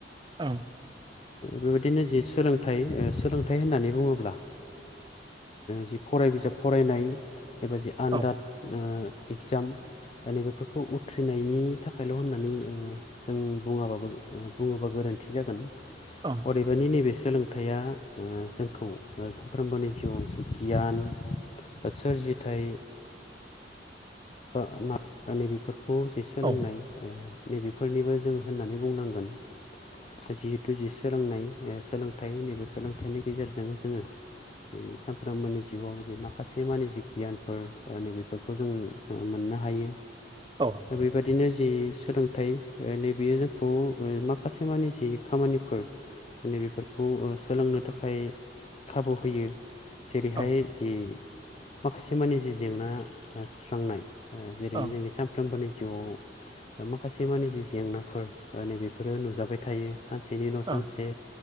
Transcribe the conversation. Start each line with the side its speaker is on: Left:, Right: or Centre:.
Right: ओं
Left: बेबायदिनो जि सोलोंथाइ सोलोंथाइ होननानै बुङोब्ला जि फराय बिजाब फरायनाय एबा जि आनदाद
Right: ओं औ
Left: इगजाम नैबेफोरखौ उथ्रिनायनि थाखायल' होननानै जों बुङाबाबो बुङोबा गोरोन्थि जागोन
Right: ओं
Left: अदेबानि नैबे सोलों थाया जोंखौ सानफ्रोमबोनि जिउआव जि गियान बा सोरजिथाय बा माब नैबेफोरखौ जे सोलोंनाय
Right: औ
Left: नै बेफोरनिबो जों होननानै बुंनांगोन जिहेथु जे सोलोंनाय ओ सोलोंथाइ नैबे सोलोंथाइनि गेजेरजों जोङो ए सामफ्रामोनि जिवाव जे माखासे मानिे जि गियानफोर ओ नैबेफोरखो जों ओ मोननो हायो।
Right: औ
Left: बेबादिनो जि सोलोंथाइ ओ नैबेयो जोंखौ ओ माखासे मानि जि खामानिफोर माने बेफोरखौ ओ सोलोंनो थाखाय खाबु होयो। जेरैहाय
Right: औ
Left: जि माखासेमानि जि जेंना ओ सुस्रांनाय ओ जेरै
Right: ओं
Left: जोंनि साम फ्रोमबोनि जिउआव माखासे मानि जि जेंनाफोर ओ नैबेेफोरो नुजाबाय थायो। सान सेनि न'
Right: औ
Left: सान से